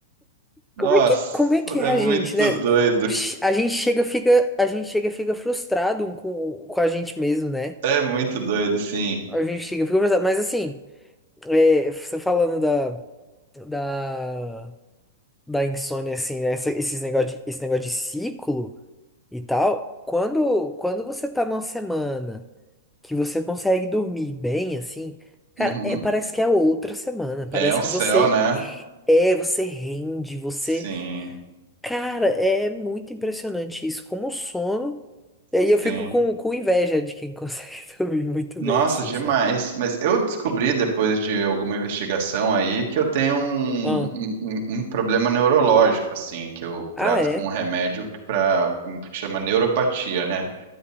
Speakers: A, on the right; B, in the centre.
A: Nossa,
B: Como é que, como é que é
A: é
B: a
A: muito
B: gente, né?
A: doido.
B: Ch- A gente chega, fica, a gente chega, e fica frustrado um com, com a gente mesmo, né?
A: É muito doido, sim.
B: A gente chega, e fica frustrado. Mas assim, é, você falando da, da, da insônia, assim, né? Essa- Esses negócio de, esse negócio de ciclo e tal. Quando, quando você tá numa semana que você consegue dormir bem, assim, cara,
A: Uhum.
B: é, parece que é outra semana. Parece
A: É o
B: que
A: céu,
B: você
A: né?
B: é, você rende, você.
A: Sim,
B: Cara, é muito impressionante isso, como o sono. E aí
A: sim.
B: eu fico com, com inveja de quem consegue <laughs> dormir muito
A: Nossa,
B: bem assim,
A: demais.
B: sabe?
A: Mas eu descobri depois de alguma investigação aí que eu tenho um,
B: Ah,
A: um- um- um problema neurológico, assim, que eu
B: ah
A: trato
B: é?
A: com um remédio para que pra- um que chama neuropatia, né?